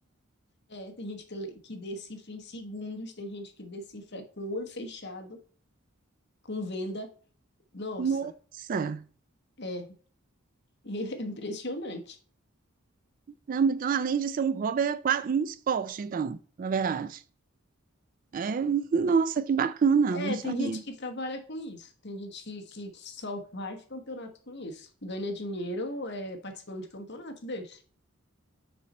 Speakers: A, on the left; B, on the right.
A: é, tem gente que, le- que decifra em segundos, tem gente que decifra com o olho fechado, com venda. Nossa,
B: Nossa!
A: é, <laughs> é impressionante.
B: Caramba, Então, além de ser um hobby, é quase um esporte, então, na verdade. É, nossa, que bacana,
A: É,
B: não sabia.
A: tem gente que trabalha com isso, tem gente que, que só faz campeonato com isso, ganha dinheiro é, participando de campeonato desse.